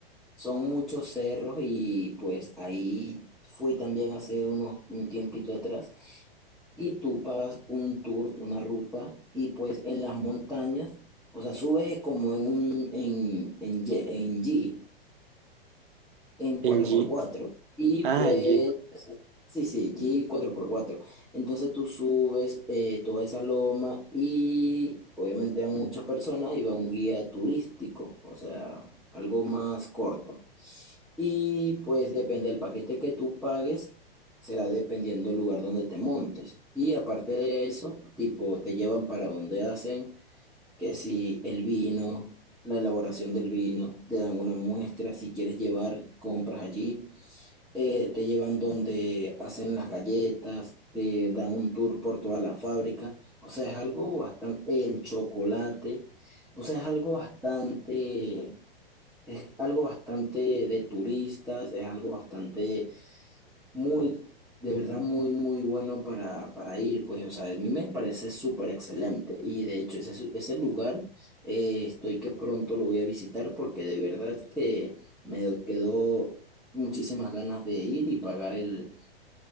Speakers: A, in the centre; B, on the right (about 55°).
A: son muchos cerros y pues ahí fui también hace unos, un tiempito atrás y tú pagas un tour, una ruta y pues en las montañas, o sea, subes como en un, en, en, ye- en G. en cuatro
B: En Jeep.
A: por cuatro Y
B: Ah,
A: pues,
B: en Jeep.
A: sí, sí, Jeep cuatro por cuatro Entonces tú subes eh, toda esa loma y obviamente a muchas personas y va un guía turístico, o sea, algo más corto. Y pues depende del paquete que tú pagues, será dependiendo del lugar donde te montes. Y aparte de eso, tipo, te llevan para donde hacen, que si el vino, la elaboración del vino, te dan una muestra, si quieres llevar, compras allí eh, te llevan donde hacen las galletas, te dan un tour por toda la fábrica, o sea, es algo bastante, el chocolate, o sea, es algo bastante, es algo bastante de turistas, es algo bastante muy, de verdad, muy, muy bueno para, para ir, pues, o sea, a mí me parece súper excelente. Y de hecho, ese, ese lugar, eh, estoy que pronto lo voy a visitar porque de verdad que me quedó muchísimas ganas de ir y pagar el,